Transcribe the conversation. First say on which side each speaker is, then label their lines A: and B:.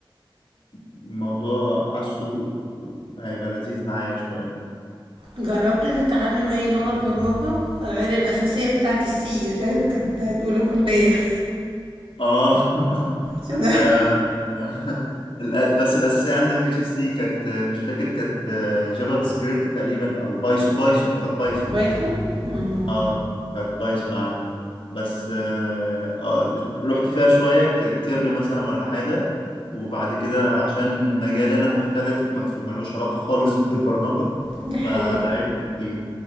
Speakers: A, on the left; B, on the right.
A: الموضوع حاسه هيبقى لذيذ معايا شويه
B: جربت تتعلم أي لغة برمجة غير الأساسية بتاعت السي اللي كنت هتقولها كلية <laughs>
A: اه <laughs>
B: عشان
A: آه، آه. الأ- بس الاساسيه عندي ما كانتش سي كانت آه، مش فاكر كانت آه، جافا سكريبت تقريبا او بايثون بايثون كانت بايثون
B: بايثون؟ مم.
A: اه كانت بايثون عندي بس آه آه، رحت فيها شوية ك- ترم مثلا ولا حاجة وبعد كده عشان مجالي أنا مختلف ما- ملوش علاقة خالص <laughs> بالبرمجة
B: دي حقيقة
A: فبعدت كتير